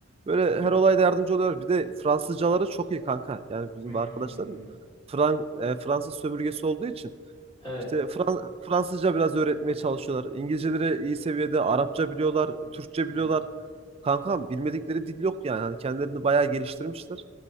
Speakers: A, on the right; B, on the left.
A: Böyle
B: Hı hı.
A: her olayda yardımcı oluyor. Bir de Fransızcaları çok iyi kanka. Yani bizim
B: Hmm.
A: arkadaşlarım Fran e, Fransız sömürgesi olduğu için
B: Evet.
A: işte Fran Fransızca biraz öğretmeye çalışıyorlar. İngilizceleri iyi seviyede, Arapça biliyorlar, Türkçe
B: Hı
A: biliyorlar.
B: hı.
A: Kankam bilmedikleri dil yok yani. Hani kendilerini bayağı geliştirmişler.